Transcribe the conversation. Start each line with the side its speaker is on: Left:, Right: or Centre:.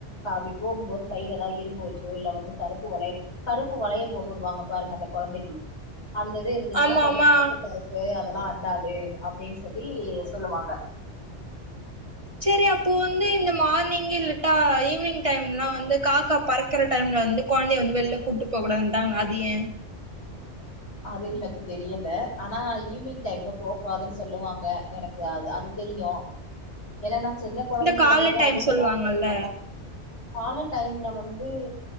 Left: அப்டி போகும்போது கைல எதா இரும்பு வச்சோ இல்ல வந்து கருப்பு வளையல் கருப்பு வளையல் போட்டு உடுவாங்க பாருங்க அந்த கொழந்தைக்கி அந்தது இருந்துச்சின்னா
Right: ஆமா
Left: கொஞ்ச
Right: ஆமா
Left: கருப்பு அதெல்லா அண்டாது அப்டின் சொல்லி சொல்லுவாங்க
Right: ச்சேரி அப்பு வந்து இந்த மார்னிங் இல்லட்டா ஈவினிங் டைம்லாம் வந்து காக்கா பறக் க்கிற டைம்ல வந்து கொழந்தய வந்து வெள்ல கூட்டு போ கூடாதுன்ட்டாங் அது ஏ
Left: அது எனக்கு தெரியல ஆனா ஈவினிங் டைம்ல போ குடாதுன்னு சொல்லுவாங்க எனக்கு அது அது தெரியு ஏன்னா நா சின்ன கொழந்தைங்கள
Right: இந்த கால்ல
Left: கூட
Right: டைம்
Left: அதிகமா
Right: சொல்லுவாங்கல்ல
Left: ஸ்பென் பண்ணு கால டைம்ல வந்து